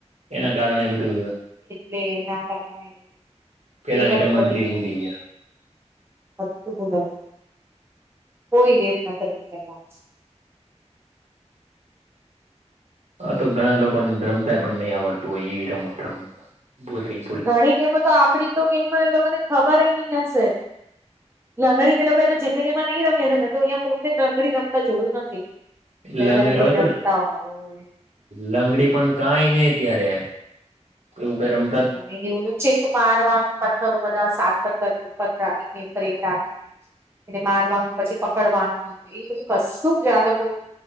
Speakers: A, on the right (about 70°); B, on the right (about 20°).
A: એના કારણે બધું.
B: લે ના કારણે.
A: પેલા
B: એ બધું
A: ની રમટ
B: વધી
A: બઢી
B: ગયું
A: ભૂલી
B: ને
A: ગીયા.
B: બધું ભુલાયુ. કોઈ એ નકરે વિચાર ના
A: હ તો ઘણા લોકોને રમતા પણ નઈ આવડતું હોય, એવી રમત રમ બુધી.
B: ઘણી ગેમો તો આપડણી તો ગેમો એ લોકોને ખબરે નઈ હસે. લંગડી એ લોકો તો જિંદગીમાં નઈ રમી સે, મેં તો અઈયા કોઈને લંગડી રમતા જોયું નથી. કઈ
A: લંગડ
B: લંગડી
A: અને તો.
B: રમતા હોય
A: લંગડી પણ કાઈ નઈ અત્યારે, એવું કઇ રમ
B: હ અને ઓલું ચેક મારવાનું પત્તરો બધા સાત પત્તર પત્તા, એકની ઉપર એક રાખીને એને મારવાનું પછી પકડવાનું. એ બધું કશું જ આ લોકો